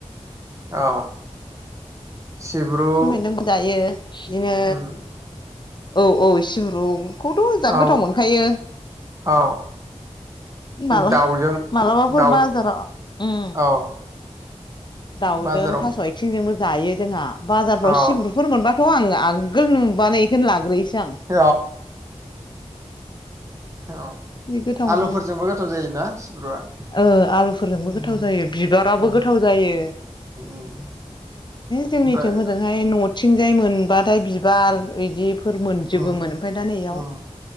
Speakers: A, on the right (about 25°); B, on the left (about 40°).
A: अ सिब्रु
B: खिफि बेन्दोंखौ जायो बिदिनो
A: उम
B: औ औ सिब्रु खौथ' जा
A: औ
B: गोथाव मोनखायो
A: औ
B: मा
A: दाउजों
B: मालाबाफोर
A: दाउ
B: बाजाराव उम
A: औ
B: दाउजों
A: बाजाराव
B: थास' आइथिंजोंबो जायो जोंहा बाजारफ्राव
A: औ
B: सिब्रुफोर मोनबाथ' आङ आगोल नुबानो बेखौनो लाग्रोयोसो आं
A: अ औ
B: जि गोथाव
A: आलुफोरजोंबो
B: मोनो
A: गोथाव जायोना सिब्रुआ
B: ओ आलुफोरजोंबो
A: उम
B: गोथाव जायो बिबाराबो
A: उम
B: गोथाव
A: उम
B: गोथाव जायो
A: उम
B: जोंनिथिं
A: ओमफ्राय
B: हजोंहाय न' थिंजाय मोनबाथाय बिबार बिदि फोरा मोनजोबोमोन
A: उम
B: ओमफ्राय दा नैयाव
A: उम